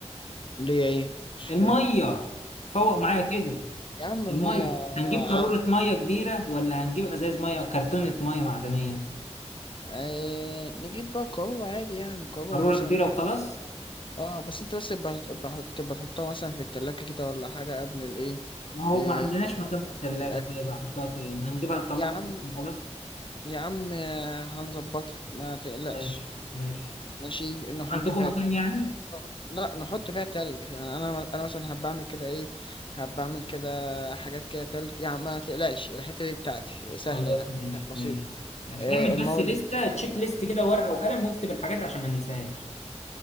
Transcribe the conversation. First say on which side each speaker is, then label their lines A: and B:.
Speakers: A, on the left; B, on the left.
A: اللي هي ايه مش
B: الميه
A: فاهم
B: فوق معايا كده
A: يا عم المية
B: الميه
A: آه،
B: هنجيب قاروره
A: عادي
B: ميه كبيره ولا هنجيب ازاز ميه كرتونه ميه معدنيه
A: آه نجيب بقى قارورة عادي يعني قارورة
B: قاروره
A: مثلا
B: كبيره وخلاص
A: اه بس انت بس يبقى يبقى- تبقى تحطها مثلا في التلاجة كده ولا حاجة قبل الايه
B: ما هو
A: آه
B: ما عندناش مكان في الثلاجه
A: قبل الأكل
B: طيب احطها فين هنجيبها نطلعها
A: يا عم
B: فين وخلاص
A: يا عم آه، هنظبطها ما تقلقش
B: ماشي ماشي
A: ماشي نحط
B: عندكم
A: فيها
B: مكان
A: تلج
B: يعني
A: لا نحط فيها تلج يعني انا انا مثلا هبقى اعمل كده ايه هبقى اعمل كده حاجات كده تلج يعني ما تقلقش الحته دي بتاعتي
B: خلاص
A: سهله يعني
B: ماشي
A: بسيطه
B: ماشي ماشي
A: آه
B: اعمل
A: المره
B: بس لستة
A: اللي ف-
B: تشيك ليست كده ورقة وقلم واكتب الحاجات عشان ما ننساهاش